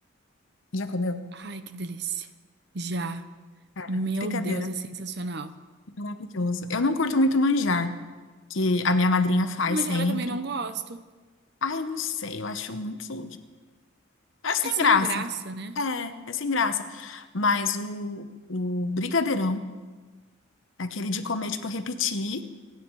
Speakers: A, on the left; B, on the right.
A: Já comeu?
B: Ai, que delícia. Já.
A: Cara,
B: Meu
A: brigadeiro
B: Deus, é sensacional.
A: é maravilhoso. Eu não curto muito manjar, que a minha madrinha faz sempre.
B: Tigela também não gosto.
A: Ai, eu não sei, eu acho muito. É sem
B: É sem
A: graça.
B: graça, né?
A: É, é sem graça. Mas o, o brigadeirão, aquele de comer, tipo, repetir